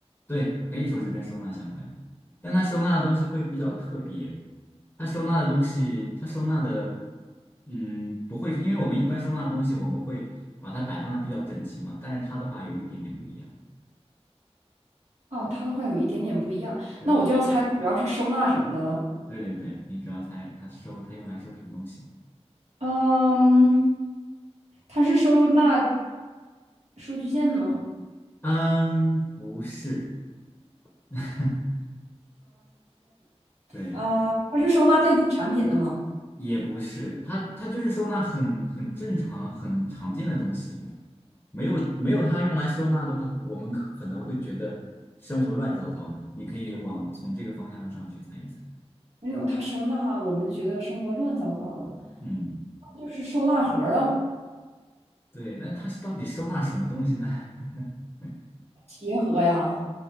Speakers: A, on the left (about 20°); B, on the right (about 80°).
A: 对，可以说是跟收纳相关，但它收纳的东西会比较特别。它收纳的东西，它收纳的，嗯，不会，因为我们一般收纳的东西，我们会把它摆放的比较整齐嘛，但是它的话有一点点不一样。
B: 哦，它的话有一点点不一样，
A: 对，
B: 那我就要猜主要是收纳什么的了。
A: 对对对，你主要猜它收，它用来收什么东西？
B: 嗯，它是收纳数据线的吗？
A: 嗯，不是，<laughs> 对。
B: 啊，它是收纳电子产品的吗？
A: 也不是，它它就是收纳很很正常、很常见的东西，没有没有它用来收纳的话，我们可能会觉得生活乱糟糟的。你可以往从这个方向上去猜一猜。
B: 没有，它收纳我们就觉得生活乱糟糟的。
A: 嗯，
B: 就是收纳盒儿啊，
A: 对，那它是到底收纳什么东西呢？<laughs>
B: 鞋盒呀。